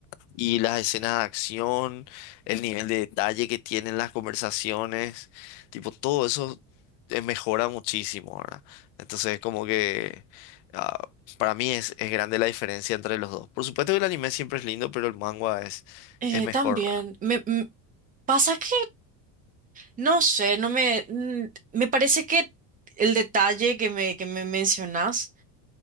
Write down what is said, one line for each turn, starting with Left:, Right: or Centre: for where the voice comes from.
Left: Y las escenas de acción, el nivel de detalle que tienen las conversaciones, tipo todo eso eh, mejora muchísimo, ¿verdad? Entonces, como que ah, para mí es, es grande la diferencia entre los dos. Por supuesto que el anime siempre es lindo, pero el manga es,
Right: Eh,
Left: es mejor,
Right: también,
Left: ¿verdad?
Right: me, m- pasa que, no sé, no me, mm, me parece que el detalle que me, que me mencionas